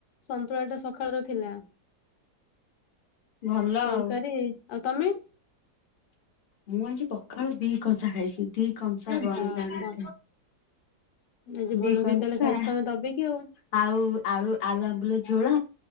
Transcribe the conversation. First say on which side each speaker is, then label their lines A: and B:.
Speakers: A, on the left; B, on the left.
A: ସନ୍ତୁଳା ଟା ସଖାଳର ଥିଲା।
B: ଭଲ
A: ତରକାରୀ
B: ଆଉ
A: ଆଉ ତମେ?
B: ମୁଁ ଆଜି ପଖାଳ ଦି କଂସା ଖାଇଛି ଦି କଂସା
A: ହେ
B: ଗଣି
A: ବାପ
B: ଗଣି କି।
A: ଆଜି
B: ଦି
A: ଭଲ
B: କଂସା
A: କି ତାହେଲେ ଖାଇଛ ତମେ ଦବେଇକି ଆଉ।
B: ଆଉ ଆଳୁ ଆଳୁ ଆମ୍ବୁଲ ଝୋଳ